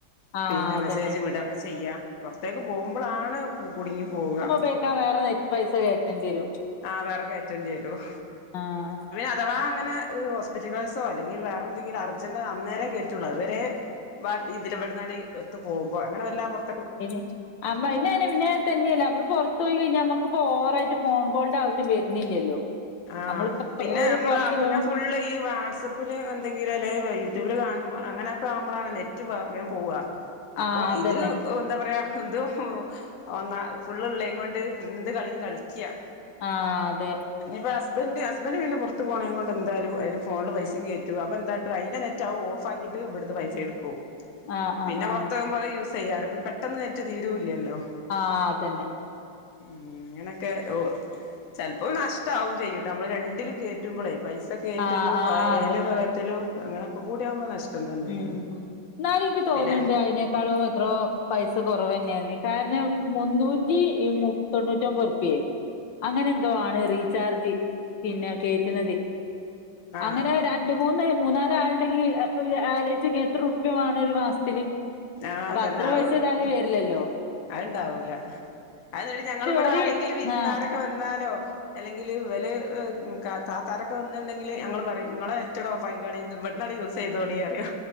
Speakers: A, on the left (about 75°); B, on the left (about 55°).
A: ആഹ്
B: പിന്നെ
A: അതന്നെ
B: മെസ്സേജ് വിടൊക്കെ ചെയ്യാ പൊറത്തേക്ക് പോകുമ്പോളാണ് കുടുങ്ങി പോകാ
A: ഇപ്പേട്ട വേറെ നെ പൈസ കേറ്റണ്ടി വരും
B: ആഹ് വേറെ കേറ്റേണ്ടിവരും
A: ആഹ്
B: അഥവാ അങ്ങനെ ഹോസ്പിറ്റൽ കേസോ അല്ലെങ്കിൽ വേറെന്തെിലും അർജന്റോ അന്നേരേ കേറ്റുള്ളൂ അതുവരെ വ ഇതിലവിടനാടി എത്ത് പോക്പോ അങ്ങനെ വല്ലാ പൊറ്
A: <unintelligible> തന്നെയല്ല നമ്മള് പൊറത്തൊയി കഴിഞ്ഞാ നമുക്ക്പ്പോ ഓവറായിട്ട് ഫോൺ കോളിന്റെ ആവശ്യം വരുന്നില്ലല്ലോ
B: ആഹ്
A: നമ്മളിപ്പോ
B: പിന്നെ
A: ഒരു
B: നമ്മള
A: പുറത്ത്
B: പിന്നെ
A: പോ
B: ഫുള്ള് ഈ വാട്സപ്പ് പ്പില് എന്തെങ്കിലും അല്ലെ യൂട്യൂബില് കാണുമ്പോ അങ്ങനൊക്കവുമ്പോളാണ് നെറ്റ് വേം പോവാ അപ്പോ
A: ആ അതന്നെ
B: ഇത് എന്താ പറയാ എന്തോ ഒന്ന ഫുള്ളുള്ളേം കൊണ്ട് എന്ത് കളിയും കളിക്കാ
A: ആഹ്‌ അതെ
B: ഇനിപ്പ ഹസ്ബന്ഡ ഹസ്ബന്റ് പിന്നെ പുറത്ത് പോണ കൊണ്ട് എന്താലും അതിന് ഫോണില് പൈസയും കേറ്റു അപ്പ എന്താട്ടും അന്റെ നെറ്റ് റ്റ ഓഫ് ആക്കിട് ഇവിടുത്തെ വൈഫൈ എടുകും
A: ആ ആ
B: പിന്നെ
A: ആ
B: പുറത്ത്കുമ്പോ അത് യൂസ് ചെയ്യാലോ പെട്ടെന്ന് നെറ്റ് തീരൂല്ലല്ലോ
A: ആഹ് അതന്നെ
B: ഉം അങ്ങനൊക്കെ ഓ ചിലപ്പോ നഷ്ടവും ചെയ്യൂട്ടെ നമ്മള് രണ്ടിലും കേ റ്റുമ്പോളേ പൈസയറ്റലും
A: ആ ആ
B: വയല
A: അതന്നെ
B: കറ്റലും അങ്ങനെയൊക്കെ കൂടിയകുമ്പോ നഷ്ടം തന്നെയാണ്
A: ഉം എന്നാലും എനിക്ക് തോന്നണ്ട്
B: പിന്നെ
A: അയി ഇക്കാളും എത്രോ പൈസ കുറവന്നെയന്ന് കാരണം മുന്നൂറ്റി തൊണ്ണൂറ്റി ഒമ്പത് രൂപ്യ അങ്ങനെ എന്തോ ആണ് റീചാർജ് പിന്നെ കേയറ്റുന്നത്
B: ആഹ്
A: അങ്ങനെ രണ്ട് മൂന്ന് മൂന്നാല് ആളുണ്ടെങ്കി ആലോച്ച്ക്ക് എത്ര റുപ്പിയ വേണം ഒരു മാസത്തില്
B: ആഹ്
A: അപ്പൊ
B: തന്നെ
A: അത്ര
B: അത്
A: പൈസ താലും വരിലല്ലോ
B: അത്ണ്ടാവൂല അത് ഞങ്ങ ഇവിടെ
A: ഒരു
B: ആരെങ്കിലും വിരുന്നാരൊക്കെ
A: ആ
B: വന്നാലോ അല്ലെങ്കിൽ ഇവല് ക താത്താരൊക്കെ വന്നുണ്ടെങ്കിൽ ഞങ്ങൾ പറയും നിങ്ങളെ നെറ്റ് ഓഫാക്കി കോളി ഇവ്ടന്ന് യൂസ് ചെയ്തോളി പറയും